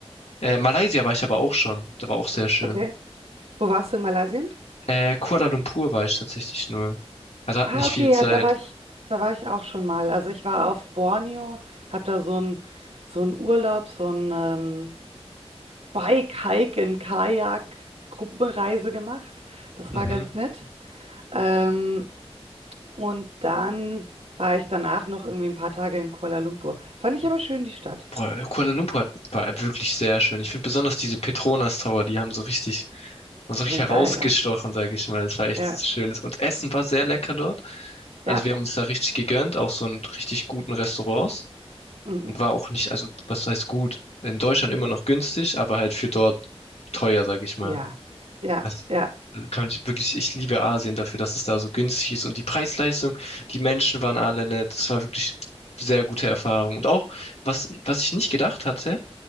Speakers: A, on the left (about 75°); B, on the right (about 70°).
A: Äh, Malaysia war ich aber auch schon, da war auch sehr schön.
B: Okay. Wo warst du in Malaysia?
A: Äh, Kuala Lumpur war ich tatsächlich nur. Also hat
B: Ah,
A: nicht
B: okay,
A: viel Zeit.
B: ja, da war ich, da war ich auch schon mal. Also ich war auf Borneo, habe da so einen so einen Urlaub, so einen ähm, Bike-Hike in Kajak-Gruppenreise gemacht. Das
A: Mhm.
B: war ganz nett. Ähm, und dann war ich danach noch irgendwie ein paar Tage in Kuala Lumpur. Fand ich aber schön, die Stadt.
A: Boah, Kuala Lumpur hat- war wirklich sehr schön. Ich finde besonders diese Petronas Tower, die haben so richtig, haben so richtig
B: Die sind
A: herausgestochen,
B: geil, gell?
A: sage ich mal. Das war echt
B: Ja,
A: schönes. Und Essen war sehr lecker dort. Also
B: ja,
A: wir haben uns da richtig gegönnt, auch so in richtig guten Restaurants.
B: mm,
A: Und war auch nicht, also was heißt gut? In Deutschland immer noch günstig, aber halt für dort teuer, sage ich mal.
B: ja, ja,
A: Das
B: ja,
A: kann ich wirklich, ich liebe Asien dafür, dass es da so günstig ist und die Preis-Leistung, die Menschen waren alle nett. Das war wirklich sehr gute Erfahrung. Und auch, was, was ich nicht gedacht hatte,